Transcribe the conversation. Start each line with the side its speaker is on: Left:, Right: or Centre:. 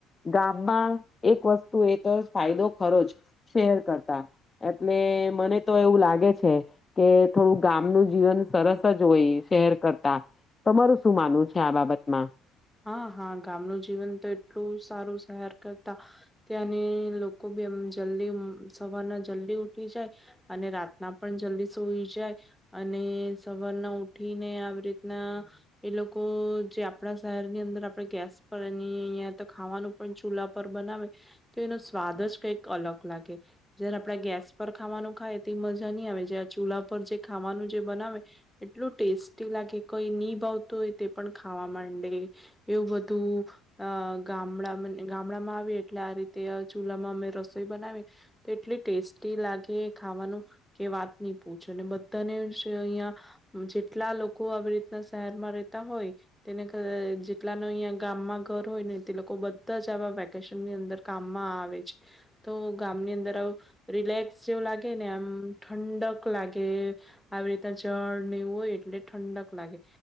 Left: ગામમાં એક વસ્તુ એ તો ફાયદો ખરો જ શેર કરતા એટલે મને તો એવું લાગે છે કે થોડું ગામનું. જીવન સરસ જ હોય, શેર કરતા તમારું શું માનવું છે આ બાબતમાં?
Centre: હા હા, ગામનું જીવન તો એટલું સારું, શહેર. કરતા ત્યાંની લોકો બી એમ જલ્દી સવારના જલ્દી ઉઠી જાય અને રાતના પણ જલ્દી સોઈ જાય અને સવારના ઉઠીને આવી રીતના એ લોકો જે આપણા. શહેર ની અંદર આપડે ગેસ પર એ, અહિંયા તો ખાવાનું પણ ચૂલા પર બનાવે તો એનો સ્વાદ જ કઈક અલગ લાગે જારે આપડા ગેસ પર ખાવાનું ખાય તે મજા નહીં આવે જે આ ચૂલા પર જે ખાવાનું જે બનાવે એટલું ટેસ્ટી લાગે, કઈ નહિ ભાવતું હોય તે પણ ખાવા માંડ. એવું બધું ગામડા ગામડામાં આવે એટલે આ રીતે ચૂલામાં અમે રસોઈ બનાવી તો એટલી ટેસ્ટી લાગે ખાવાનું કે વાત નહીં પૂછે, અને બધાને અહીં જેટલા લોકો આવી રીતના શહેરમાં રહેતા હોય. તેને જેટલા ન અહીં ગામમાં ઘર હોય ને, તે લોકો બધા જ આવા વેકેશનની અંદર કામમાં આવે છે. તો ગામની અંદર આવે રિલેક્સ જેવું લાગે ને, એમ ઠંડક લાગે. આવી રીતના જળ ને એવું હોય એટલે ઠંડક લાગે